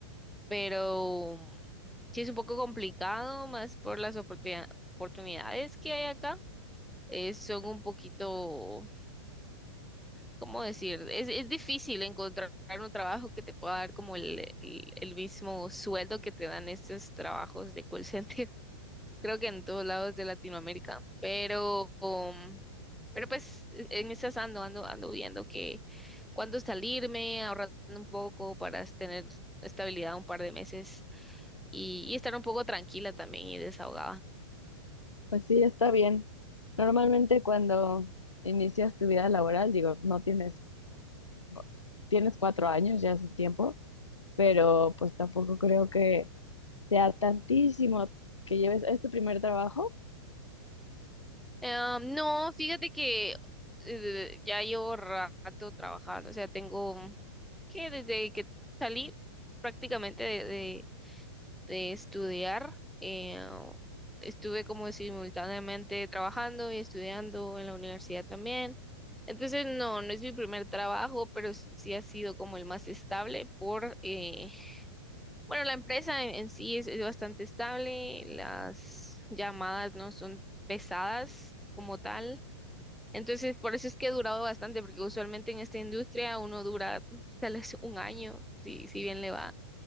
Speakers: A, in the centre; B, on the left.
A: Pero sí es un poco complicado más por las oportuni- oportunidades que hay acá. eh, son un poquito ¿cómo decir? Es, es difícil encontrar un trabajo que te pueda dar como el, el, el mismo sueldo que te dan estos trabajos de call center. <laughs> Creo que en todos lados de Latinoamérica, pero, um, pero pues e, en esas ando, ando, ando viendo que cuándo salirme, ahorrando un poco para tener estabilidad un par de meses y, y estar un poco tranquila también y desahogada.
B: Pues sí, está bien. Normalmente cuando inicias tu vida laboral, digo, no tienes, bo- tienes cuatro años, ya es un tiempo, pero pues tampoco creo que sea tantísimo que lleves, es tu primer trabajo.
A: Eh, no, fíjate que eh, ya llevo rato trabajando, o sea, tengo que desde que salí prácticamente de, de, de estudiar, eh, estuve como simultáneamente trabajando y estudiando en la universidad también. Entonces, no, no es mi primer trabajo, pero sí ha sido como el más estable por, eh, bueno, la empresa en, en sí es, es bastante estable, las llamadas no son pesadas como tal. Entonces, por eso es que he durado bastante, porque usualmente en esta industria uno dura tal vez un año, si, si bien le va.